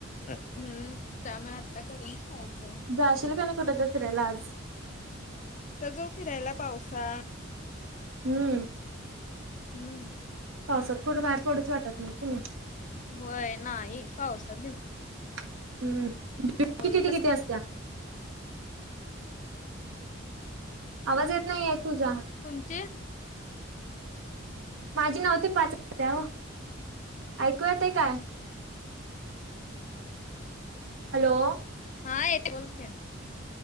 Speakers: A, on the left; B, on the right.
A: हम्म जा म आत्ता करून खायचं.
B: जाशील का नाही कुठं तर फिरायला आज
A: कुट जाऊ फिरायला पावसा
B: हम्म
A: हम्म
B: पावसात कुठं बाहेर पडूच वाटत नाही कि नाही
A: होय नाही पावसात भिज
B: हम्म ड्युटी
A: बोल
B: किती ते
A: कस
B: किती असत्या आवाज येत नाहीे तुझा
A: तुमचे
B: माझी नाऊ ते पाच उटत्या ओ ऐकू येतेय काय हॅलो
A: हा येतय बोल की